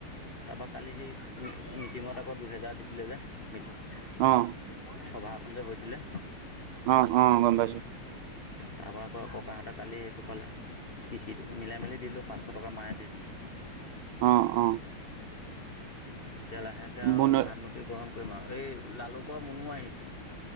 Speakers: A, on the left; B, on the right.
A: তাৰপৰা কালি সেই মিটিঙত আকৌ দুহেজাৰ দিছিলে যে মিটিং
B: অ',
A: সভা সন্দেহ হৈছিলে
B: অ, অ, গম পাইছো।
A: তাৰ পা আকৌ ককাহঁতে কালি এইটো পালে কৃষিটো মিলাই মেলি দিলোঁ পাঁচশ টকা মায় দি দিলে।
B: অ' অ'।
A: <inaudible> এতিয়া লাহেকে আৰু
B: বুন
A: ভাত মূটিও গ্ৰহণ কৰিম আৰু এই লালুক মুনু আহিছে।